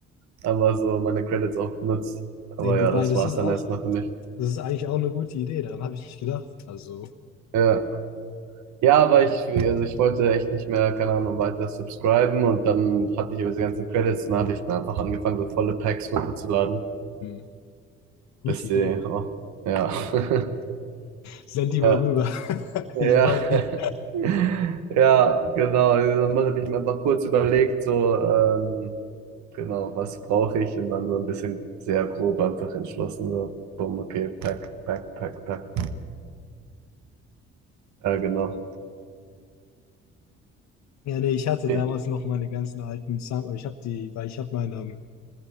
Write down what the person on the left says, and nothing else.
ey,
wobei,
das
ist auch,
das ist eigentlich auch eine gute Idee, daran habe ich nicht gedacht. Also,
hm, gute
Idee.
Send die mal
rüber. <laughs>
Ich brauche die.
Ja, nee, ich hatte
damals noch meine ganzen alten Sam ich habe die, weil ich habe meine, ähm,